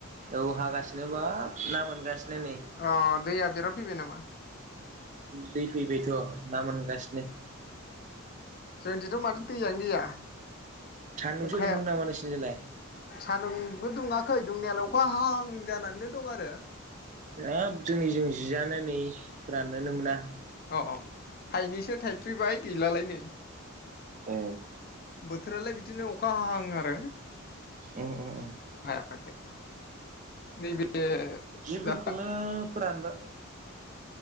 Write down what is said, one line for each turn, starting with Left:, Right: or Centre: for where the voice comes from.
Right: औ हागासिनो। बाब ना मोनगासिनो। नै
Left: अ दैया बिराद फैबाय नामा?
Right: दै फैबायथ'। ना मोनगासिनो।
Left: जों दिथ' माथो दैयानो गैया।
Right: सान्दुंसो
Left: अखाया
Right: दुंदों नामा नोंसिनिजोंलाय
Left: सानदुंबो दुङाखै। जोंनियाव अखा हाहां जानानैनो दं आरो।
Right: हाब जोंनि जों जियानो नै फोराननोनो मोना।
Left: अ अ। थाइनैसो थाइफ्रिबाय गैलालाय नै।
Right: औ।
Left: बोथोरालाय बिदिनो अखा हाहां आरो।
Right: उम उम उम‌।
Left: <unintelligible>
Right: जि
Left: दा
Right: फोरखौनो फोरानदो।